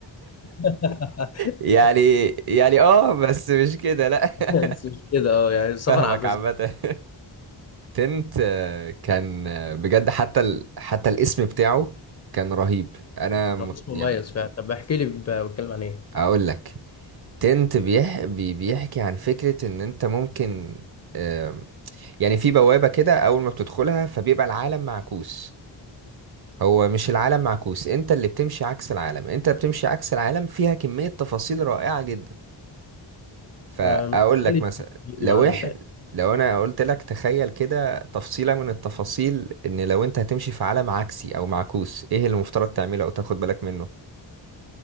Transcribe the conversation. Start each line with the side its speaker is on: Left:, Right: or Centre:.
Left: <laughs>
Right: يعني يعني اه بس مش كده لا
Left: بس
Right: <laughs>
Left: مش كده اه يعني سفر
Right: فاهمك
Left: عبر الزمن
Right: عامة تنت آه، كان آه، بجد حتى ال... حتى الاسم بتاعه كان رهيب انا مت...
Left: اسمه
Right: يعني
Left: مميز فعلا طب احكي لي ب- بتكلم عن ايه؟
Right: اقول لك تنت بيح... بي... بيحكي عن فكرة ان انت ممكن آم، يعني في بوابة كده اول ما بتدخلها فبيبقى العالم معكوس هو مش العالم معكوس انت اللي بتمشي عكس العالم انت بتمشي عكس العالم فيها كمية تفاصيل رائعة جدا فاقول
Left: آه، مش حكى
Right: لك
Left: لي
Right: مثلا
Left: فيديو
Right: لو
Left: عنه
Right: إح...
Left: تقريبا
Right: لو انا قلت لك تخيل كده تفصيلة من التفاصيل ان لو انت هتمشي في عالم عكسي او معكوس ايه اللي المفترض تعمله او تاخد بالك منه